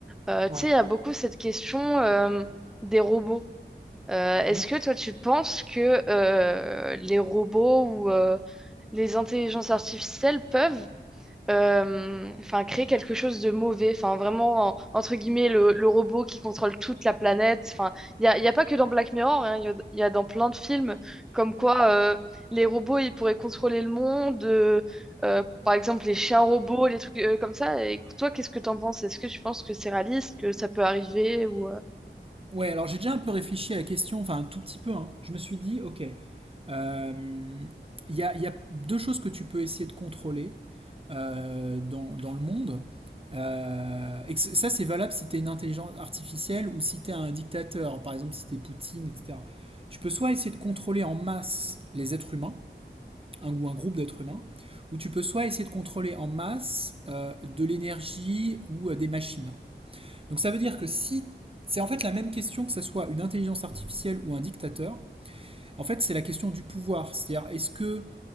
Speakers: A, in the centre; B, on the right.
A: Euh,
B: Ouais,
A: tu sais, il y a beaucoup cette question euh, des robots. Euh, est-ce
B: oui.
A: que toi, tu penses que euh, les robots ou euh, les intelligences artificielles peuvent euh, enfin, créer quelque chose de mauvais. Enfin, vraiment, en- entre guillemets, le, le robot qui contrôle toute la planète. Enfin, il n'y a, il y a pas que dans Black Mirror, hein, il y a, il y a dans plein de films comme quoi euh, les robots, ils pourraient contrôler le monde. euh, euh, par exemple, les chiens robots, les trucs euh, comme ça. Et toi, qu'est-ce que t'en penses? Est-ce que tu penses que c'est réaliste, que ça peut arriver ou, euh,
B: Ouais, alors j'ai déjà un peu réfléchi à la question, enfin un tout petit peu. hein. Je me suis dit, ok, euh, il y a, il y a deux choses que tu peux essayer de contrôler euh, dans, dans le monde. Euh, et que c- ça c'est valable si tu es une intelligence artificielle ou si tu es un dictateur, par exemple si tu es Poutine, etc. Tu peux soit essayer de contrôler en masse les êtres humains, un, ou un groupe d'êtres humains, où tu peux soit essayer de contrôler en masse euh, de l'énergie ou euh, des machines. Donc ça veut dire que si c'est en fait la même question que ce soit une intelligence artificielle ou un dictateur, en fait c'est la question du pouvoir, c'est-à-dire est-ce que